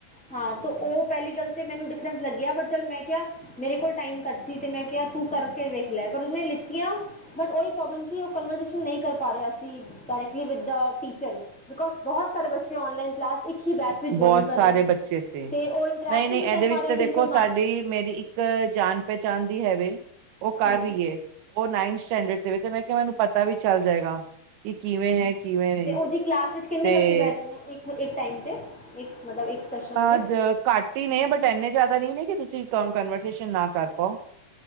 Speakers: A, in the centre; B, on the right (about 75°).
A: ਹਾਂ। ਤਾਂ ਉਹ ਪਹਿਲੀ ਗੱਲ ਤਾਂ ਮੈਨੂੰ ਡਿਫਰੈਂਸ ਲੱਗਿਆ। ਪਰ ਚੱਲ ਮੈਂ ਕਿਹਾ ਮੇਰੇ ਕੋਲ ਟਾਈਮ ਘੱਟ ਸੀ ਤੇ ਮੈਂ ਕਿਹਾ ਤੂੰ ਕਰਕੇ ਵੇਖ ਲੈ। ਪਰ ਉਸਨੇ ਲਿੱਤੀਆਂ। ਪਰ ਉਹ ਹੀ ਪਰੋਲਮ ਸੀ ਕਿ ਉਹ ਕਨਵਸ਼ਸ਼ਨ ਨਹੀਂ ਕਰ ਪਾ ਰਿਹਾ ਸੀ directly with the teacher. Because ਬਹੁਤ ਸਾਰੇ ਬੱਚੇ ਉਨਲਾਈਨ ਕਲਾਸ ਇਕ ਹੀ ਬੈਚ ਵਿਚ ਜੁਆਇਨ
B: ਬਹੁਤ
A: ਕਰ
B: ਸਾਰੇ
A: ਰਹੇ ਨੇ।
B: ਬੱਚੇ ਸੀ
A: ਤੇ ਉਹ ਇੰਟਰੈਕਟ ਹੀ ਨਹੀਂ
B: ਇਹਦੇ
A: ਕਰ ਪਾ
B: ਵਿੱਚ
A: ਰਿਹਾ
B: ਤੇ ਦੇਖੋ
A: ਟੀਚਰ ਨਾਲ।
B: ਸਾਡੀ ਮੇਰੀ ਇੱਕ ਜਾਣ- ਪਹਿਚਾਣ ਦੀ ਹੈਵੇ ਉਹ ਕਰ
A: ਹੂੰ
B: ਰਹੀਏ, ਉਹ ਨਾਇਨਥ ਸਟੈਂਡਰਡ ਤੇ ਤੇ ਮੈਂ ਕਿਹਾ ਮੈਨੂੰ ਪਤਾ ਵੀ ਚੱਲ ਜਾਏਗਾ। ਕਿ ਕਿਵੇਂ ਹੈ ਕਿਵੇਂ ਨਹੀਂ
A: ਤੇ ਉਹਦੀ ਕਲਾਸ ਵਿੱਚ ਕਿੰਨੇ
B: ਤੇ
A: ਬੱਚੇ ਬੈਠਦੇ ਨੇ ਇੱਕ ਫ ਇੱਕ ਟਾਈਮ ਤੇ ਇੱਕ ਮਤਲਬ ਇੱਕ, ਸੈਸ਼ਨ
B: ਅ
A: ਵਿੱਚ
B: ਘੱਟ ਹੀ ਨੇ, ਬਟ ਇੰਨੇ ਜ਼ਿਆਦਾ ਨਹੀਂ ਨੇ ਕਿ ਤੁਸੀਂ ਕਨਵਰਸੇਸ਼ਨ ਨਾ ਕਰ ਪਾਓ।